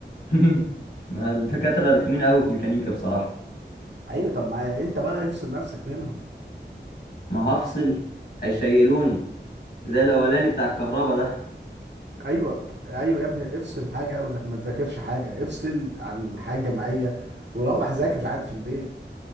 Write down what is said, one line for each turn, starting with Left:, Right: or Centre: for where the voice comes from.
Left: <laughs> ما الدكاترة رخمين قوي في ميكانيكا بصراحة
Right: أيوة طب ما أنت بقى افصل نفسك منهم
Left: ما هفصل هيشيلوني زي الأولاني بتاع الكهرباء ده
Right: أيوة أيوة يا ابني افصل حاجة وإنك ما تذاكرش حاجة افصل عن الحياة الجامعية وروح ذاكر عادي في البيت